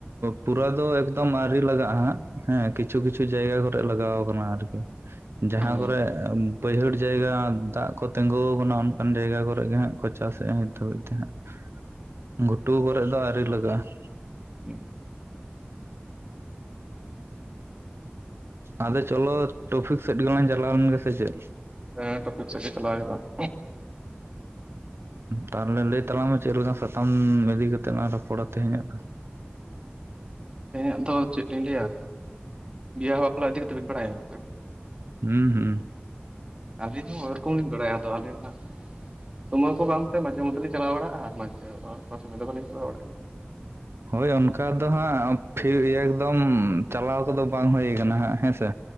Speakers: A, on the right; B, on the right.
A: ᱯᱩᱨᱟᱹ ᱫᱚ ᱮᱠᱫᱚᱢ ᱟᱣᱹᱨᱤ ᱞᱟᱜᱟᱜ-ᱟ ᱦᱟᱸᱜ ᱾ ᱦᱮᱸ ᱠᱤᱪᱷᱩ ᱠᱤᱪᱷᱩ ᱡᱟᱭᱜᱟ ᱠᱚᱨᱮ ᱞᱟᱜᱟᱣ ᱟᱠᱟᱱᱟ ᱟᱨᱠᱤ ᱾ ᱡᱟᱦᱟᱸ
B: ᱦᱩᱸ
A: ᱠᱚᱨᱮ ᱵᱟᱹᱭᱦᱟᱹᱲ ᱡᱟᱭᱜᱟ ᱫᱟᱜ ᱠᱚ ᱛᱤᱸᱜᱩ ᱟᱠᱟᱱᱟ ᱚᱱᱠᱟᱱ ᱡᱟᱭᱜᱟ ᱠᱚᱨᱮ ᱜᱮ ᱦᱟᱸᱜ ᱠᱚ ᱪᱟᱥᱮᱫ-ᱟ ᱱᱤᱛ ᱫᱷᱟᱹᱵᱤᱡ ᱛᱮ ᱦᱟᱸᱜ ᱾ <inaudible> ᱜᱷᱩᱴᱩ ᱠᱚᱨᱮᱜ ᱫᱚ ᱟᱹᱣᱨᱤ ᱞᱟᱜᱟᱜ-ᱟ ᱾
B: <inaudible>
A: ᱟᱫᱚ ᱪᱚᱞᱚ ᱴᱚᱯᱷᱤᱠ ᱥᱮᱫ ᱜᱮᱞᱟᱝ ᱪᱟᱞᱟᱣ ᱞᱮᱱ ᱜᱮ ᱥᱮ ᱪᱮᱫ ᱾
B: ᱦᱮᱸ ᱴᱚᱯᱤᱠ ᱥᱮᱫ ᱜᱮ ᱪᱟᱞᱟᱣ ᱦᱩᱭᱩᱜ-ᱟ ᱾
A: ᱛᱟᱦᱞᱮ ᱞᱟᱹᱭ ᱛᱟᱞᱟᱝ ᱢᱮ ᱪᱮᱫ ᱞᱮᱠᱟᱱ ᱥᱟᱛᱟᱢ ᱤᱫᱤ ᱠᱟᱛᱮᱫ ᱞᱟᱝ ᱨᱚᱯᱚᱲᱟ ᱾ ᱛᱮᱦᱮᱸᱧᱟᱜ ᱫᱚ?
B: ᱛᱮᱦᱮᱧᱟᱜ ᱫᱚ ᱪᱮᱫ ᱞᱤᱧ ᱞᱟᱹᱭᱟ, <inaudible> ᱵᱤᱦᱟ ᱵᱟᱯᱞᱟ ᱤᱫᱤ ᱠᱟᱛᱮᱫ ᱵᱮᱱ ᱵᱟᱲᱟᱭᱟ ᱚᱱᱠᱟ?
A: ᱦᱩᱸ ᱦᱩᱸ ᱾
B: ᱟᱹᱞᱤᱧ ᱦᱚᱸ ᱳᱭᱨᱚᱠᱚᱢ ᱞᱤᱧ ᱵᱟᱲᱟᱭᱟ, ᱟᱫᱚ ᱟᱹᱵᱤᱱ ᱦᱟᱸᱜ ᱥᱚᱢᱚᱭ ᱠᱚ ᱵᱟᱝᱛᱮ ᱢᱟᱡᱷᱮ ᱢᱚᱫᱽᱫᱷᱮ ᱞᱤᱧ ᱪᱟᱞᱟᱣ ᱵᱟᱲᱟᱜ-ᱟ ᱟᱨ ᱢᱟᱡᱷᱮ ᱚᱠᱟ ᱥᱚᱢᱚᱭ ᱫᱚ ᱵᱟᱹᱞᱤᱧ ᱪᱟᱞᱟᱣ ᱵᱟᱲᱟᱜ ᱜᱮᱭᱟ ᱾
A: ᱦᱳᱭ ᱚᱱᱠᱟ ᱫᱚ ᱦᱟᱸᱜ ᱯᱷᱤ ᱮᱠᱫᱚᱢ ᱪᱟᱞᱟᱣ ᱠᱚᱫᱚ ᱵᱟᱝ ᱦᱩᱭ ᱟᱠᱟᱱᱟ ᱦᱟᱸᱜ ᱦᱮᱸᱥᱮ